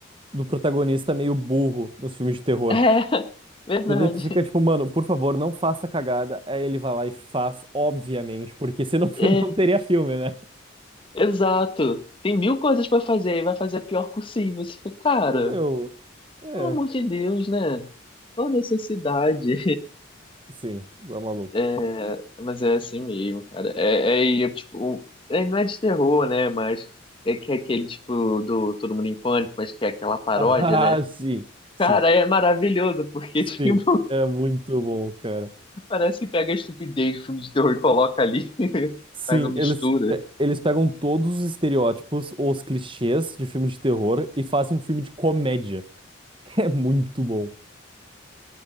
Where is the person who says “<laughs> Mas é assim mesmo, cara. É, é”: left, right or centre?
Left